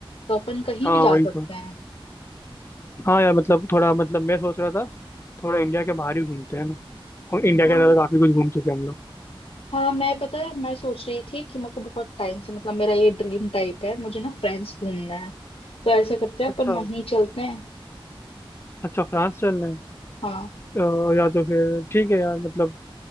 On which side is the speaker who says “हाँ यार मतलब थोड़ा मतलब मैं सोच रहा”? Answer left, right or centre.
Left